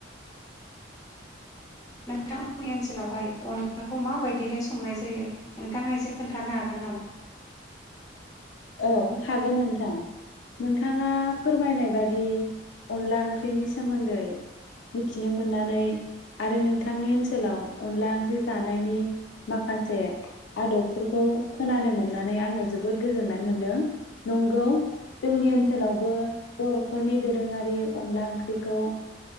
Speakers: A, on the left; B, on the left.
A: नोंथांमोननि ओनसोलावहाय अनलाखौ माबायदिहाय संनाय जायो नोंथाङा एसे खोन्थानो हागोन नामा?
B: औ हागोन नोंथां नोंथाङा फोरमायनाय बादि अनला ओंख्रिनि सोमोन्दै मिथिनो मोननानै आरो नोंथांनि ओनसोलाव अनला ओंख्रि जानायनि माखासे आदबफोरखौ खोनानो मोननानै आङो जोबोद गोजोननाय मोनदों । नंगौ जोंनिओनसोलाव ओनसोलावबो बर'फोरनि दोरोङारि अनला ओंख्रिखौ